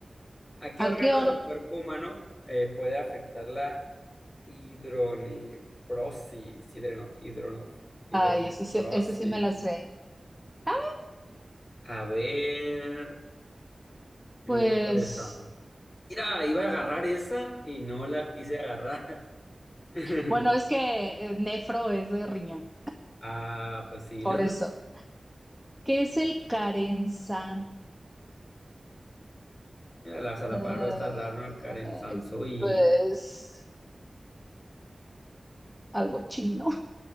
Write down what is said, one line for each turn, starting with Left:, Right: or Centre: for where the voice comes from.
Left: ¿A qué órganos
Centre: ¿A qué hora?
Left: del cuerpo humano eh, puede afectar la hidronefrosis? Hidreno, hidrono- hidronefrosis.
Centre: Ay, ese, sí- ese sí me la sé. Ah,
Left: A ver, me
Centre: Pues,
Left: voy por esta. Mira, iba a agarrar esa y no la quise agarrar. <laughs>
Centre: bueno, es que eh, nefro es de riñón,
Left: Ah, pues sí,
Centre: por
Left: ¿no?
Centre: eso. ¿Qué es el Karensansui?
Left: <laughs> Mira, la, o sea, la
Centre: Eh,
Left: palabra está rara, ¿no? Karen Sansu y
Centre: pues algo chino.